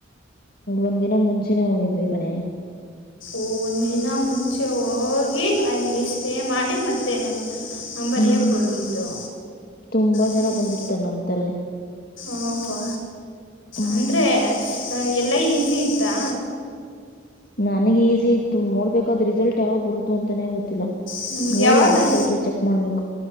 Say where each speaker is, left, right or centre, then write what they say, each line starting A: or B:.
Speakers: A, on the left (about 50°); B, on the left (about 90°).
A: ಒಂದ್ ದಿನ ಮುಂಚೆನೇ ಹೋಗಿದ್ವಿ ಕಣೆ <unintelligible>
B: ಒಂದ ದಿನ ಮುಂಚೆ ಹೋಗಿ ಅಲ್ಲಿ ಸ್ಟೇ ಮಾಡಿ ಮತ್ತೆ ಬರೆಯೋಕ್ಕೆ
A: ಹ್ಮ್
B: ಹೋಗಿದ್ದು
A: ತುಂಬಾ
B: ಹ್ಞೂ
A: ಜನ ಬಂದಿರ್ತಾರೆ ನಮತರ
B: ಓಹೋ
A: ಹ್ಮ್
B: ಅಂದ್ರೆ ಎಲ್ಲ ಈಸಿ ಇತ್ತಾ
A: ನನಗ್ ಈಸಿ ಇತ್ತು ನೋಡ್ಬೇಕಾದ್ ರಿಸಲ್ಟ್ ಯಾವಾಗ ಬರುತ್ತೋ ಅಂತಾನೇ ಗೊತ್ತಿಲ್ಲ
B: ಹ್ಮ್
A: ನೋಡಿಲ್ಲ
B: ಯಾವಾಗ
A: ವೆಬ್ಸೈಟ್
B: <unintelligible>
A: ಅಲ್ಲಿ ಚೆಕ್ ಮಾಡ್ಬೇಕು